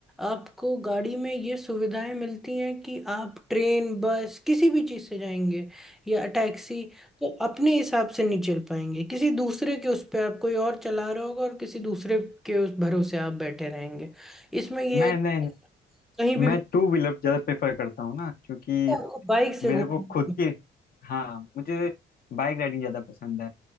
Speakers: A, in the centre; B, on the left.
A: आपको गाड़ी में ये सुविधाएं मिलती हैं कि आप ट्रेन बस किसी भी चीज़ से जाएंगे या टैक्सी तो अपने हिसाब से नहीं चल पाएंगे किसी दूसरे के उस पर आप कोई और चला रहा होगा और किसी दूसरे के उस भरोसे आप बैठे रहेंगे इसमें ये
B: मैं
A: है कि
B: नहीं नहीं
A: कहीं भी
B: मैं टू व्हीलर ज़्यादा प्रेफर करता हूँ ना क्योंकि
A: आपको बाइक से
B: मेरे
A: घूमना
B: को खुद की हाँ मुझे बाइक राइडिंग ज़्यादा पसंद है